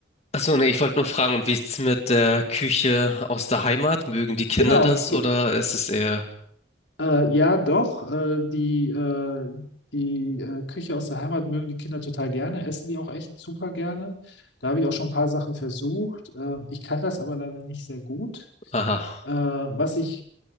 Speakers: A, on the left; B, on the left.
A: achso, nee, ich wollte nur fragen, und wie ist es mit der Küche aus der Heimat? Mögen die Kinder
B: Genau,
A: das
B: ge-
A: oder ist es eher.
B: Äh, ja, doch. Äh, die äh, die äh, Küche aus der Heimat mögen die Kinder total gerne, essen die auch echt super gerne. Da habe ich auch schon ein paar Sachen versucht. Äh, ich kann das aber leider nicht sehr gut.
A: Aha,
B: Äh, was ich